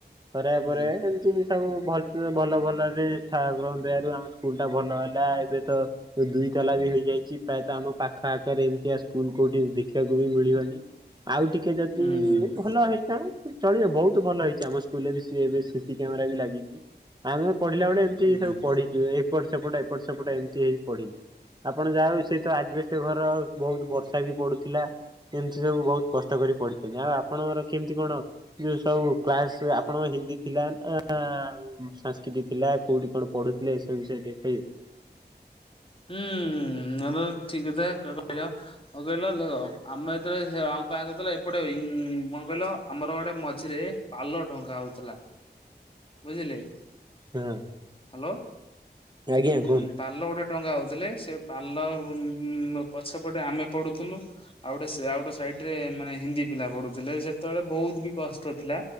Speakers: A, on the right; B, on the left.
A: ସରେୟା
B: ହୁଁ
A: ପରେ ଏମିତି ବି ସବୁ ଭଲ ଭଲ ଭଲରେ ଠାକୁରଙ୍କ ଦୟାରୁ ଆମ ସୁ ସ୍କୁଲଟା ଭଲ ହେଲା। ଏବେ ତ ଦୁଇ ତାଲା ବି ହେଇଯାଇଛି। ପ୍ରାୟତଃ ଆମ ପାଖ ଆଖରେ ଏମିତିଆ ସ୍କୁଲ କୋଉଠି ଦେଖିବାକୁ ବି ମିଳିବନି। ଆଉ ଟିକେ ଯଦି
B: ହୁଁ।
A: ଭଲ ହେଇଥା ଚଳିବ ବହୁତ ଭଲ ହେଇଛି। ଆମ ସ୍କୁଲରେ ବି ସି ଏବେ ସିସିି କ୍ୟାମେରା ବି ଲାଗିଛି। ଆମେ ପଢିଲା ବେଳେ ଏମିତି
B: ହୁଁ
A: ସବୁ ପଢିଛୁ। ଏ ପଟ ସେପଟ ଏପଟ ସେପଟ ଏମିତି ହେଇ ପଢିଲି। ଆପଣ ଯାହା ହଉ ସେ ତ ଆଜବେଷ୍ଟ ଘର ଆଉ ବହୁତ ବର୍ଷା ବି ପଡୁଥିଲା ଏମିତି ସବୁ ବହୁତ କଷ୍ଟ କରି ପଢିଛନ୍ତି। ଆଉ ଆପଣଙ୍କର କେମିତି କଣ ଯୋଉ ସବୁ କ୍ଲାସ ଆପଣଙ୍କ ହିନ୍ ଦୀ ଥିଲା ନା ଆଉ ସାଂସ୍କ୍ରିଟ୍ ଥିଲା କୋଉଠି କଣ ପଢୁଥିଲେ ସେ <unintelligible>
B: ହୁଁ ଏବେ ଠିକ କଥା କହିଲ <unintelligible> କଣ କହିଲ ଦେଖ ଆମେ ଯେତେବେଳେ <unintelligible> ଏପଟେ ଇଂ କଣ କହିଲ ଆମର ଗୋଟେ ମଝିରେ ପାଲ ଟଙ୍ଗା ହଉଥିଲା। ବୁଝିଲେ?
A: ହଁ।
B: ହାଲୋ
A: ଆଜ୍ଞା
B: ଉଁ
A: କୁହନ୍ତୁ।
B: ପାଲ ଗୋଟେ ଟଙ୍ଗା ହଉଥିଲେ। ସେ ପାଲ ଉଁ ପଛ ପଟେ ଆମେ ପଢୁଥିଲୁ। ଆଉ ଗୋଟେ ସେ ଆଉ ଗୋଟେ ସାଇ ସେଥିରେ ମାନେ ହିନ୍ଦୀ ପିଲା ପଢୁଥିଲେ ସେତେବେଳେ ବହୁତ ବି କଷ୍ଟ ଥିଲା।